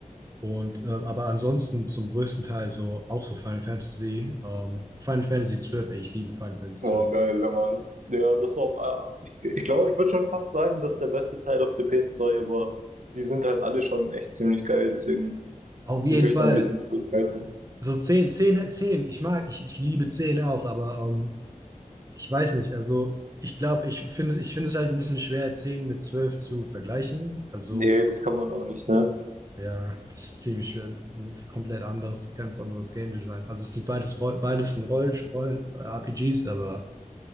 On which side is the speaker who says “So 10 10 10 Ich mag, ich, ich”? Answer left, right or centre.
Right